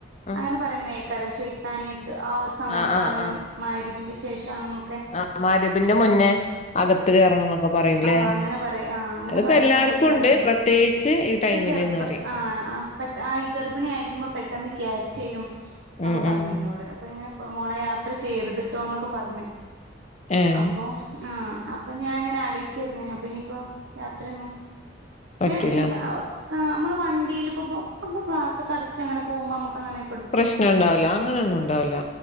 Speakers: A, on the left (about 35°); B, on the right (about 70°).
A: ഉം
B: അങ്ങനെ പറയുന്നേ ക്കാരം ശൈത്താനിയത്ത് ആഹ ഒരു സമയത്താണ്
A: ആഹ് ആഹ്
B: മഗ്‌രിബിൻ്റെ ശേഷാണ്ന്നൊക്കെ
A: ആഹ മഗ്‌രിബിന്റെ മുന്നേ അകത്ത് കേറണംന്നൊക്കെ പറയും അല്ലെ
B: ആ അങ്ങനെ പറയ ആ അങ്ങനെ
A: അതിപ്പം
B: പറയണ
A: എല്ലാർക്കും
B: കേക്കാറുണ്ട്
A: ഉണ്ട് പ്രത്യേ ച്ച് ഈ ടൈമില്ന്നറിം
B: ഗർഭ ആ ആ പെട്ട ആഹ ഗർഭിണി ആയിരിക്കുമ്പം പെട്ടെന്ന് ക്യാച്ച് ചെയ്യും എന്നൊക്കെ
A: ഉം
B: പറഞ്ഞു
A: ഉം
B: എന്നോട് അപ്പം ഇങ്ങനെ ഇപ്പം മോളേ യാത്ര ചെയ്യരുതിട്ടോന്നൊക്കെ പറഞ്ഞ്
A: ഏഹ്
B: അപ്പം ആഹ അപ്പം ഞാൻങ്ങനെ ആലോയ്ക്കായിരുന്ന അപ്പം ഇഞ്ഞ്പ്പം യാത്രയൊന്നും പക്ഷെ
A: പറ്റൂലാന്ന്
B: നമ്മള് വണ്ടലെപ്പ പോ നമ്മള് ഗ്ലാസൊക്കെ അടച്ച് അങ്ങനെ പോകുമ്പോ നമ്മക്കങ്ങനെ
A: പ്രശ്നണ്ടാവുല അങ്ങനൊന്നും ഉണ്ടാവൂല